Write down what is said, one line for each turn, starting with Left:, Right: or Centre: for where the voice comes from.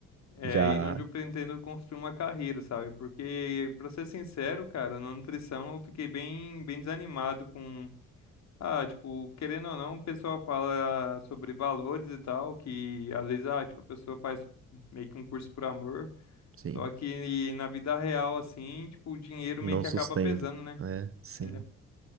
Left: É
Right: Já,
Left: aí onde eu pretendo construir uma carreira, sabe? Porque, pra ser sincero, cara, na nutrição eu fiquei bem, bem desanimado com. Ah, tipo, querendo ou não, o pessoal fala sobre valores e tal, que às vezes, ah, tipo, a pessoa faz meio que um curso por amor.
Right: sim,
Left: Só que na vida real, assim, tipo, o dinheiro
Right: não
Left: meio que
Right: sustenta.
Left: acaba pesando, né?
Right: né sim.
Left: É.